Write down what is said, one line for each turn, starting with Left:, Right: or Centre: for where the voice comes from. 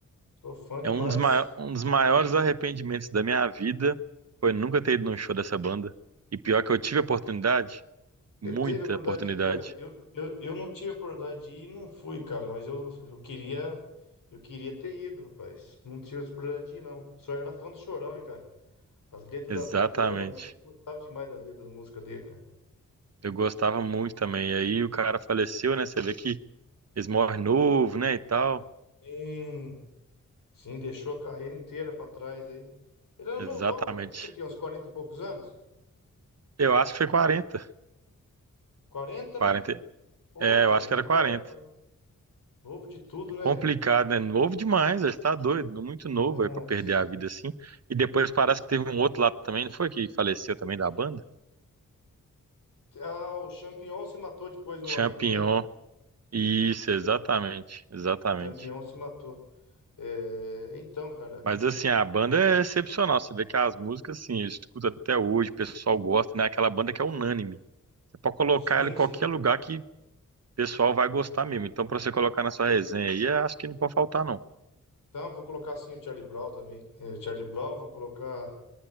Left: sou fã demais.
Right: É um dos, mai- um dos maiores arrependimentos da minha vida foi nunca ter ido num show dessa banda. E pior que eu tive oportunidade,
Left: Você
Right: muita
Left: teve a oportunidade
Right: oportunidade.
Left: de ir, cara? Eu, eu, eu não tive a oportunidade de ir e não fui, cara, mas eu, eu queria eu queria ter ido, rapaz. Não tive a oportunidade de ir, não. Só era fã do Chorão, hein, cara? As letras
Right: Exatamente.
Left: das músicas dele era, eu gostava demais das letras das músicas dele, cara.
Right: Eu gostava muito também. E aí o cara faleceu, né? Você vê que eles morrem novo, né? E tal.
Left: Sim, sim, deixou a carreira inteira pra trás aí. Ele era
Right: Exatamente.
Left: novão, né? Ele tinha o quê? Uns quarenta e poucos anos?
Right: Eu acho que foi 40
Left: quarenta
Right: quarenta
Left: né? Pô,
Right: É,
Left: cara,
Right: eu acho
Left: minha
Right: que era
Left: idade,
Right: quarenta
Left: cara. Novo de tudo,
Right: É
Left: né?
Right: complicado, né? Novo demais, ele tá doido, muito novo
Left: Nossa.
Right: aí pra perder a vida assim. E depois parece que teve um outro lá também, não foi que faleceu também da banda?
Left: Ah, o Champion se matou depois, o
Right: Champignon.
Left: amigo dele.
Right: Isso, exatamente, exatamente.
Left: Champion se matou. É, então, cara.
Right: Mas assim, a banda é excepcional. Você vê que as músicas, assim, eu escuto até hoje, o pessoal gosta, né? Aquela banda que é unânime. Você pode colocar
Left: Sim,
Right: ela em qualquer
Left: sim.
Right: lugar que o pessoal vai gostar mesmo. Então, para você colocar na sua resenha aí, eu acho que não pode faltar, não.
Left: Então, vou colocar sim o Charlie Brown também. É, Charlie Brown, vou colocar.